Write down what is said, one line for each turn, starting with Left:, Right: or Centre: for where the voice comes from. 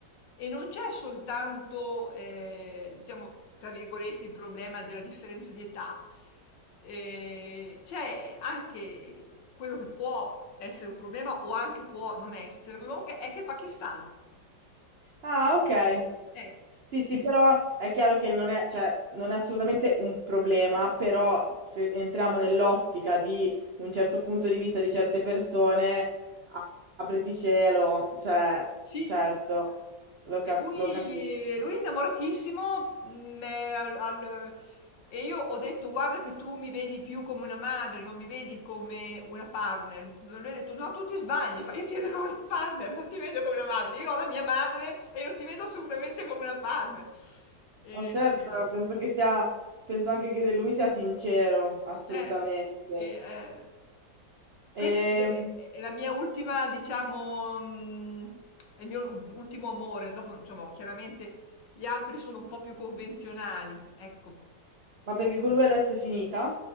Left: e non c'è soltanto, ehm, diciamo, tra virgolette, "il problema della differenza di età", ehm, c'è anche quello che può essere un problema o anche può non esserlo, che è che è pakistano.
Right: Ah, ok.
Left: Ecco.
Right: Sì, sì, però è chiaro che non è, cioè, non è assolutamente un problema, però se entriamo nell'ottica di un certo punto di vista di certe persone, a- apriti cielo, cioè,
Left: Sì,
Right: certo, lo, cap-
Left: e lui
Right: lo capisco.
Left: lui è innamoratissimo, mhmm, ehm, al al e io ho detto: "Guarda che tu mi vedi più come una madre, non mi vedi come una partner". Lui ha detto: "No, tu ti sbagli", fa: "Io ti vedo come una partner, non ti vedo come una madre. Io ho la mia madre e non ti vedo assolutamente come una partner". E
Right: Ma certo,
Left: e-
Right: penso che sia, penso anche che lui sia sincero, assolutamente.
Left: eh, e ehm questa
Right: Ehm,
Left: ed è è è la mia ultima diciamo mhmm, è il mio u ultimo amore. Dopo, insomma, chiaramente gli altri sono un po' più convenzionali, ecco.
Right: ma perché con lui adesso è finita?